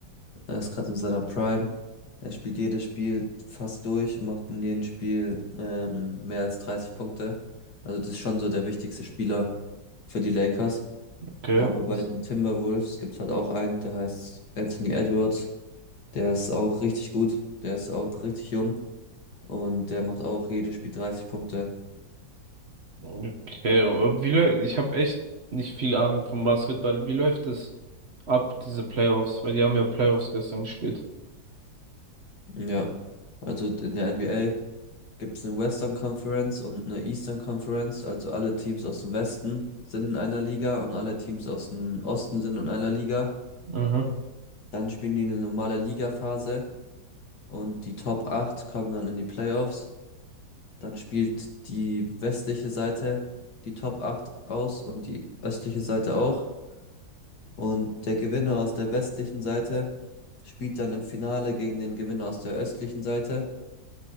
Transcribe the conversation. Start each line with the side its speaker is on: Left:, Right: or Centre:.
Left: er ist gerade in seiner Prime. Er spielt jedes Spiel fast durch und macht in jedem Spiel ähm, mehr als 30 Punkte. Also das ist schon so der wichtigste Spieler für die Lakers.
Right: Okay.
Left: Aber
Right: Ist,
Left: bei den Timberwolves gibt es halt auch einen, der heißt Anthony Edwards. Der ist auch richtig gut. Der ist auch richtig jung. Und der macht auch jedes Spiel 30 Punkte.
Right: okay. Und Wie, läu- ich habe echt nicht viel Ahnung vom Basketball. Wie läuft es ab, diese Playoffs? Weil die haben ja Playoffs gestern gespielt.
Left: Ja, also in der NBA gibt es eine Western Conference und eine Eastern Conference. Also alle Teams aus dem Westen sind in einer Liga und alle Teams aus dem Osten sind in einer Liga.
Right: Mhm.
Left: Dann spielen die eine normale Ligaphase und die Top 8 kommen dann in die Playoffs. Dann spielt die westliche Seite die Top 8 aus und die östliche Seite auch. Und der Gewinner aus der westlichen Seite spielt dann im Finale gegen den Gewinner aus der östlichen Seite.